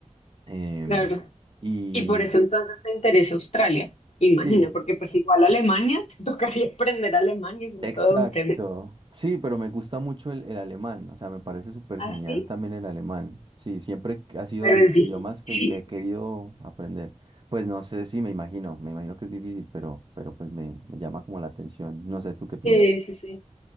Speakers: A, on the right; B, on the left.
A: em,
B: Claro.
A: y
B: Y por eso entonces te interesa Australia, imagino,
A: sí,
B: porque pues igual Alemania, <laughs> te tocaría aprender alemán y eso
A: Exacto.
B: es todo un tema.
A: Sí, pero me gusta mucho el, el alemán, o sea, me parece súper
B: Así,
A: genial también el alemán. Sí, siempre ha sido
B: pero
A: de mis
B: es difícil.
A: idiomas que, que he querido aprender. Pues no sé, sí, me imagino, me imagino que es difícil, pero, pero pues me, me llama como la atención. No sé, ¿tú qué piensas?
B: Sí, sí, sí.